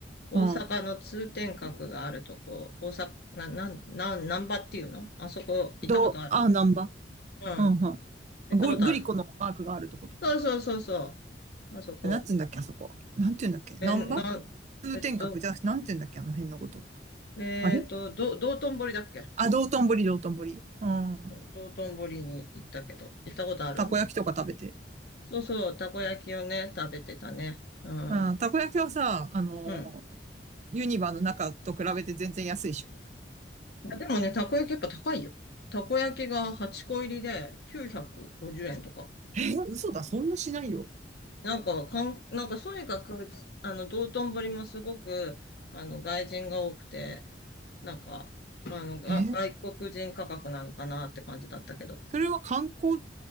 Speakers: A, on the left; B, on the right.
A: 大阪の通天閣があるとこ、
B: うん。
A: 大阪、な、なん、なん、なんばっていうのあそこ行ったことある
B: ど、あ、ナンバ。
A: うん。
B: うん、はん。
A: 行ったことある。
B: ゴグリコのマークがあるとことか。
A: そうそうそうそう。あそこ。
B: なんつうんだっけ、あそこ。なんて言うんだっけ。
A: え、
B: ナンバ
A: なん、
B: 通天閣じゃなくて、
A: えっと、
B: なんて言うんだっけ、あの辺のこと。
A: えっと、
B: あれ
A: ど、道頓堀だっけ
B: あ、道頓堀、道頓堀。うん。
A: 道頓堀に行ったけど、行ったことある
B: たこ焼きとか食べて。
A: そうそう、たこ焼きをね、食べてたね。うん。
B: うん。たこ焼きはさ、あのー
A: うん。
B: ユニバの中と比べて全然安いでしょ。
A: いやでもね、たこ焼きやっぱ高いよ。たこ焼きが8個入りで950円とか。
B: え嘘だ、そんなしないよ。
A: なんか、かん、なんか、とにかく、あの、道頓堀もすごく、あの、外人が多くて、なんか、あの、が、
B: え
A: 外国人価格なのかなって感じだったけど。
B: それは観光